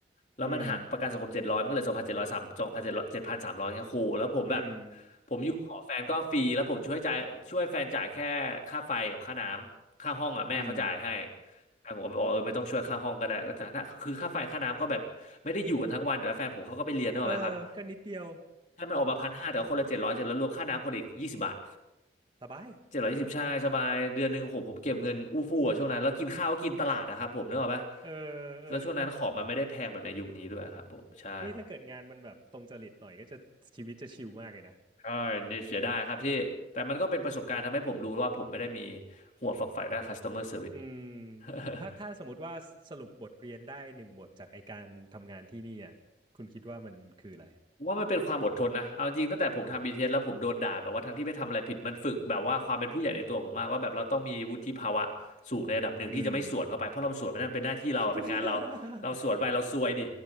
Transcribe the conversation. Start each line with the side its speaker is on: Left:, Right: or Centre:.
Left: แล้วมันหักประกันสังคมเจ็ดร้อยมันก็เหลือสองพันเจ็ดร้อยสามสองพันเจ็ดร้อยเจ็ดพันสามร้อยเงี้ยโหแล้วผมแบบ
Right: อืมอืม
Left: ผมอยู่ขอแฟนก็ฟรีแล้วผมช่วยจ่ายช่วยแฟนจ่ายแค่ค่าไฟกับค่าน้ำค่าห้องอ่ะแม่เขาจ่ายให้
Right: อืม
Left: แต่ผมก็บอกเออไม่ต้องช่วยค่าห้องก็ได้ก็จ่ายนะคือค่าไฟค่าน้ำก็แบบไม่ได้อยู่กันทั้งวันเดี๋ยวแล้วแฟนผมเขาก็ไปเรียนนึกออกไหมครับ
Right: เออก็นิดเดียว
Left: ใ้ามันออกมาพันห้าแต่ว่าคนละเจ็ดร้อยเจ็ดร้อยรวมค่าน้ำคนอีกยี่สิบบาท
Right: สบาย
Left: เจ็ดร้อยยี่สิบใช่สบายเดือนหนึ่งโหผมเก็บเงินอู้ฟู่อะช่วงนั้นแล้วกินข้าวก็กินตลาดนะครับผมนึกออกปะ
Right: เออเออ
Left: แล้วช่วงนั้นของมันไม่ได้แพงแบบในยุคนี้ด้วยครับผมใช่
Right: นี่ถ้าเกิดงานมันแบบตรงจริตหน่อยก็จะชีวิตจะชิลมากเลยนะ
Left: ใช่เนี่ยเสียดายครับที่แต่มันก็เป็นประสบการณ์ทำให้ผมรู้ว่าผมไม่ได้มีหัวฝักใฝ่ด้าน customer service
Right: อืม
Left: <laughs>
Right: ถ้าถ้าสมมติว่าสรุปบทเรียนได้หนึ่งบทจากไอการทำงานที่นี่อ่ะคุณคิดว่ามันคืออะไร
Left: ผมว่ามันเป็นความอดทนนะเอาจริงตั้งแต่ผมทำ BTS แล้วผมโดนด่าแบบว่าทั้งที่ไม่ทำอะไรผิดมันฝึกแบบว่าความเป็นผู้ใหญ่ในตัวผมมากว่าแบบเราต้องมีวุฒิภาวะสูงในระดับหนึ่งที่จะไม่สวนเข้าไปเพราะเราสวนมันนั่นเป็นหน้าที่เราเป็นงานเราเราสวนไปเราซวยดิ
Right: อืม <laughs>